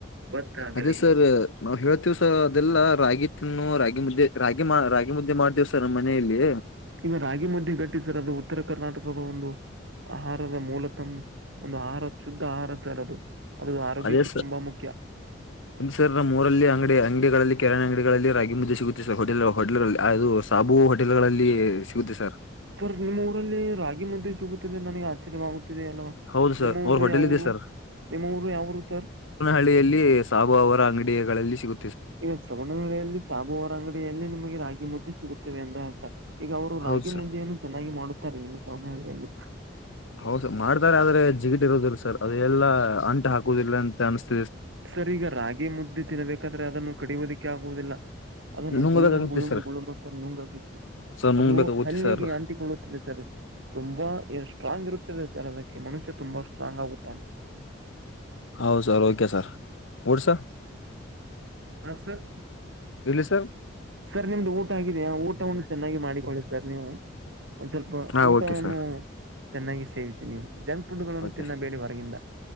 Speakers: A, on the right (about 70°); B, on the left (about 80°).
A: ಭತ್ತ ಆಗಲಿ
B: ಅದೇ ಸರ್ ನಾವ್ ಹೇಳತೀವಿ ಸರ ಅದೆಲ್ಲಾ ರಾಗಿ ನ್ನು ರಾಗಿ ಮುದ್ದೆ ರಾಗಿ ಮಾ ರಾಗಿ ಮುದ್ದೆ ಮಾಡ್ತೇವ ಸರ್ ನಮ್ಮ ಮನೆಯಲ್ಲಿ
A: ಇನ್ನು ರಾಗಿ ಮುದ್ದೆ ಗಟ್ಟಿಸರ್ ಅದು ಉತ್ತರ ಕರ್ನಾಟಕದ ಒಂದು ಆಹಾರದ ಮೂಲತಮ್ಮ ಒಂದು ಆಹಾರ ಶುದ್ಧ ಆಹಾರ ಸರ್ ಅದು ಅದು ಆರೋಗ್ಯಕ್ಕೆ
B: ಅದೇ
A: ತುಂಬಾ ಮುಖ್ಯ
B: ಸರ್ ನಮ್ಮೂರ ಸರ್ ಕಿರೆಣ್ ಅಂಗಡಿಗಳಲ್ಲ ಕಿರಾಣಿ ಅಂಗಡಿ ಗಳಲ್ಲಿ ರಾಗಿ ಮುದ್ದೆ ಸಿಗುತ್ತೆ ಸರ್ ಹೋಟೆಲ್ ಹೋಟೆಲ್ಗಳಲ್ಲಿ ಅದು ಸಾಬು ಹೋಟೆಲ್ಗಳಲ್ಲಿ ಸಿಗುತ್ತೆ ಸರ್
A: ಸರ್ ನಿಮ್ಮ ಊರಲ್ಲಿ ರಾಗಿ ಮುದ್ದೆ ಚುಗಿದೆ ನನಗೆ ಆಚ್ಚರವಾಗುತ್ತಿದೆ ಅಲ್ವಾ
B: ಹೌದು ಸರ್
A: ನಿಮ್ಮ
B: ಅವ್ರ
A: ಊರು
B: ಹೋಟೆಲ್
A: ಯಾವ
B: ಇದೆ
A: ಊರು
B: ಸರ್
A: ನಿಮ್ಮ ಊರು ಯಾವರು ಸರ್
B: ಲ್ಲಿ ಸಾಬು ಅವರ ಅಂಗಡಿಗಳಲ್ಲಿ ಸಿಗು
A: ಈಗ ಸವಣ್ಣ ವೇಳೆಯಲ್ಲಿ ಸಾಂಬುವಾರ ಅಂಗಡಿಯಲ್ಲಿ ನಿಮಗೆ ರಾಗಿ ಮುದ್ದೆ ಸಿಗುತ್ತವೆ ಅಂದ ಅರ್ಥ ಈಗ ಅವರು
B: ಹೌದು
A: ರಾಗಿ
B: ಸರ್
A: ಮುದ್ದೆಯನ್ನು ಚೆನ್ನಾಗಿ ಮಾಡುತ್ತಾರೆ ನಿಮ್ಮ ಸವನಹಳ್ಳಿಯಲ್ಲಿ
B: ಹೌದಸರ್ ಮಾಡ್ತಾರೆ ಆದ್ರೆ ಜಿಗಿಟ ಇರುದಿಲ್ಲಾ ಸರ್ ಅದೆಲ್ಲಾ ಅಂಟ ಹಾಕುದಿಲ್ಲ ಅಂತ ಅನ್ಸ್ತ
A: ಸರ್ ಈಗ ರಾಗಿ ಮುದ್ದೆ ತಿನ್ಬೇಕಾದ್ರೆ ಅದನ್ನು ಕಡಿಯೋದಕ್ಕೆ ಆಗುವುದಿಲ್ಲ ಅದನ್ನು
B: ನುಂಗಬೇಕಾಗುತ್ತೆ
A: ಗುಳಂ ಗುಳುಂ
B: ಸರ್
A: ಗುಳಂ ಅಂತ ನುಂಗಬೇಕು
B: ಸರ್ ನುಂಗ್ಬೇಕಾಗುತ್ತೆ
A: ಅದು ಹಲ್ಲಿಗೆ
B: ಸರ್
A: ಅಂಟಿಕೊಳ್ಳುತ್ತದೆ ಸರ್ ತುಂಬಾ ಎಷ್ಟ ಸ್ಟ್ರಾಂಗ್ ಇರುತ್ತದೆ ಸರ್ ಅದಕ್ಕೆ ಮನುಷ್ಯ ತುಂಬಾ ಸ್ಟ್ರಾಂಗ್ ಆಗುತ್ತಾನೆ
B: ಹೌದ ಸರ್ ಓಕೆ ಸರ್ ಊಟ ಸರ್
A: ಹ ಸರ್
B: ಇಲ್ಲಿ ಸರ್
A: ಸರ್ ನಿಮ್ದು ಊಟ ಆಗೇತಿ ಊಟವನ್ನು ಚೆನ್ನಾಗಿ ಮಾಡಿಕೊಳ್ಳುತ್ತಾರೆ ನೀವು ಒಂದ್ ಸ್ವಲ್ಪ
B: ಹಾ
A: ಊಟವನ್ನು
B: ಓಕೆ ಸರ್
A: ಚೆನ್ನಾಗಿ ಸೇವಿಸಿ ನೀವು ಜಂಕ್ ಫುಂಡಗಳನ್ನು
B: ಓಕೆ
A: ತಿನ್ನಬೇಡಿ
B: ಸರ್
A: ಹೊರಗಿಂದ